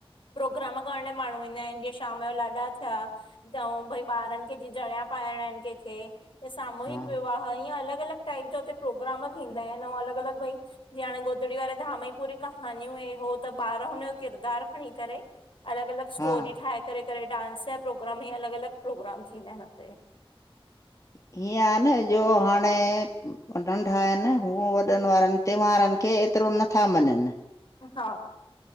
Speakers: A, on the left (about 60°); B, on the left (about 35°).
A: प्रोग्राम करण लाइ माणहू ईंदा आहिन जीअं शाम जो लाॾा थिया। भई ॿारन खे जीअ जणिया पाइणा आहिन कंहिंखे सामूहिक
B: हा
A: विवाह ह इअं अलॻ अलॻ टाइप जा हुते प्रोग्राम थींदा आहिन ऐं अलॻ अलॻ भई -- जीअं हाणे गोदड़ी वारे धाम जी पूरी कहानियूं इ उो त ॿार हुनजो किरदारु खणी करे -- अलॻ अलॻ
B: हा
A: स्टोरी ठाहे करे करे डांस जा प्रोग्राम ई अलॻ अलॻ प्रोग्राम थींदा आहिन हुते।
B: हीअं आहे न जो हाणे -- नंढा आहिन हू वॾन वारन त्यैहारन खे एतरो नथा मञन।
A: हा!